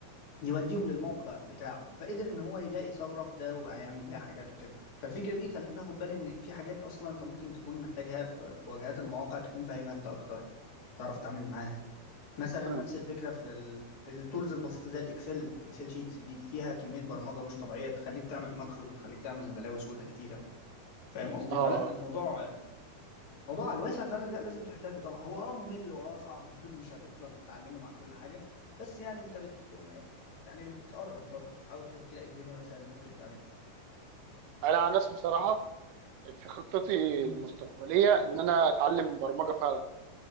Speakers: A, on the left; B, on the right.
A: يوديهم للموقع بتاعه فقدر ان هو يلاقي ثغره في ده وهيعمل بيها حاجات وكده فالفكره دي خلتني اخد بالي ان في حاجات اصلا انت ممكن تكون محتاجها في في واجهات المواقع تكون فاهمها انت اكتر تعرف تتعامل معاها مثلا
B: مم.
A: نفس الفكره في ال- التولز البسيطه زي الاكسل اكسل شيتس دي فيها كميه برمجه مش طبيعيه تخليك تعمل ماكروز وتخليك تعمل بلاوي سودا كتيره فاهم قصدي
B: اه
A: فلا
B: اه
A: الموضوع موضوع على الواسع فعلا لا لازم تحتاجه طبعا هو اه ممل واه صعب <laughs> مش هتفضل تتعلمه مع كل حاجه بس يعني انت بت آه، يعني بتقرب برضه تحاول تشوف كده إيه الدنيا مثلا اللي ممكن تعملها
B: انا عن نفسي بصراحه في خطتي
A: امم
B: المستقبليه ان انا اتعلم برمجه فعلا